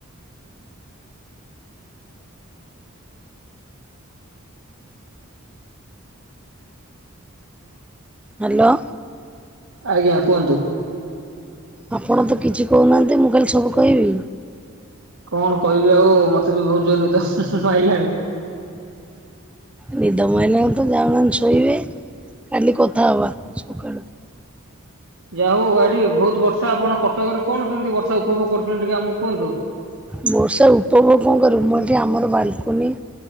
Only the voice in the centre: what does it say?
ହ୍ୟାଲୋ
ଆପଣ ତ କିଛି କହୁନାହାନ୍ତି ମୁଁ କାଲି ସବୁ କହିବି।
ନିଦ ମାଇଲାଣି ତ ଯାଉନାହାନ୍ତି ବେ ଶୋଇବେ କାଲି କଥା ହବା। ସକାଳୁ।
ବର୍ଷା ଉପଭୋଗଙ୍କ ମୁଁ ଏଠି ଆମର ବାଲକୁନି।